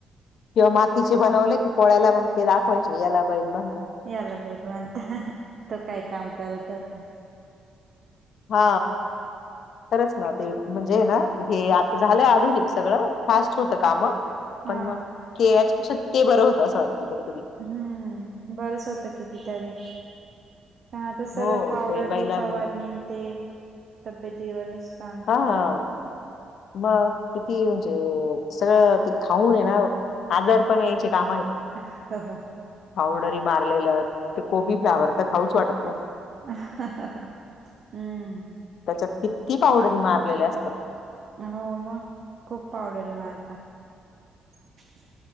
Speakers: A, on the left; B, on the right.
A: किंवा मातीचे बनवले की पोळ्याला मग ते दाखवायचे. याला बैल म्हणतात.
B: याला बैल म्हणता तो काय काम करत होता
A: हा खरंच ना ते म्हणज ना हे आता झालंय आधुनिक सगळं फास्ट होत काम
B: हा
A: पण मग. के याच्यापेक्षा ते बरं होत असं वाटतं कुठेतरी
B: हु. बरंच होतं किती तरी आत्ता, सर्व
A: हो
B: पावडरही
A: ते बैलां
B: फवारनी, ते तब्येती वर नुकसान.
A: हा हा मग किती म्हणजे सगळं ते खाऊन ये ना आजार पण यायचे काम.
B: हं हं हं
A: पावडरी मारलेलं ते कोबी फ्लावर तरं खाऊंच वाटतं नाहीं
B: हं हं हं हम्मं
A: त्यांच्यात किती पावडरी मारलेले असतांत
B: हो मंग खूंप पावडरी मारंतात